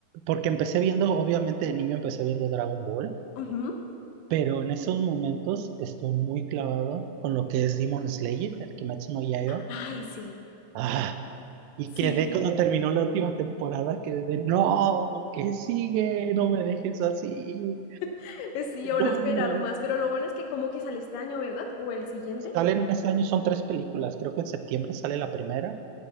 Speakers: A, on the right; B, on the left.
A: porque empecé viendo, obviamente de niño empecé viendo Dragon Ball.
B: Ujú.
A: Pero en esos momentos estoy muy clavado con lo que es Demon Slayer, el Kimetsu no Yaiba.
B: Ay, sí,
A: Ah, y
B: sí,
A: quedé cuando terminó la última temporada, quedé de, no, ¿qué sigue? No me dejes así.
B: <laughs> sí, ahora
A: No".
B: esperar más. Pero lo bueno es que como que sale este año, ¿verdad? O el siguiente.
A: Salen ese año, son tres películas, creo que en septiembre sale la primera